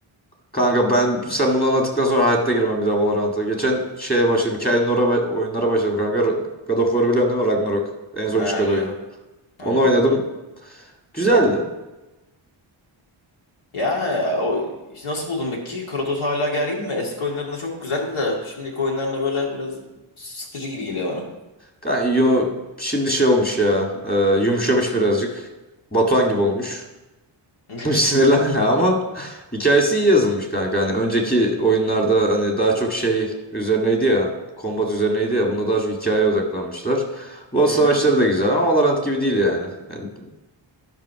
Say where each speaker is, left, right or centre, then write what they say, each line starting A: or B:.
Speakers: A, on the left (about 20°); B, on the left (about 85°).
A: Kanka ben sen bunu anlattıktan sonra hayatta girmem bir daha Valorant'a. Geçen şeye başladım. Hikayenin oraya oyunlara başladım kanka. Ra- God of War'ı biliyorsun değil mi? Ragnarok. En son
B: Ha
A: çıkan
B: biliyorum.
A: oyunu.
B: Ha.
A: Onu oynadım. Güzeldi.
B: Ya o işte nasıl buldun peki? Kratos hala gergin mi? Eski oyunlarında çok güzeldi de şimdiki oyunlarında böyle biraz sıkıcı gibi geliyor bana.
A: Kanka yo- şimdi şey olmuş ya. e, yumuşamış birazcık. Batuhan gibi olmuş.
B: <laughs>
A: <laughs> Sinirlen hala ama <laughs> hikayesi iyi yazılmış kanka. Hani önceki oyunlarda hani daha çok şey üzerineydi ya. Kombat üzerineydi ya. Bunda daha çok hikayeye odaklanmışlar. Bu
B: Hı
A: savaşları
B: hı.
A: da güzel ama Valorant gibi değil yani. Yani